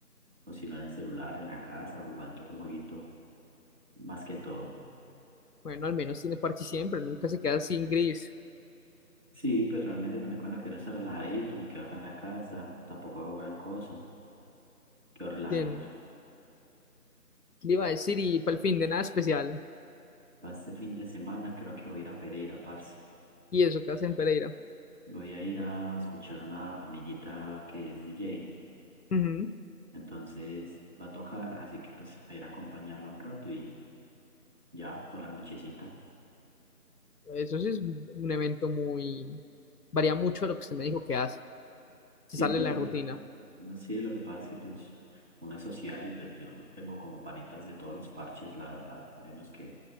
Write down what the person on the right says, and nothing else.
o si no en el celular, en la casa, jugando un jueguito, más que todo.
Sí, pero realmente también cuando quiero estar relajadito, me quedo acá en la casa, tampoco hago gran cosa, quedo relajadito.
Para este fin de semana creo que voy a ir a Pereira, parce.
Voy a ir a escuchar a una amiguita que es DJ.
Entonces va a tocar, así que pues a ir a acompañarla un rato y ya por la nochecita.
Sí,
pero
eh, sí, lo que pasa es que pues uno es social y pues yo tengo como panitas de todos los parches, la verdad. Hay unos que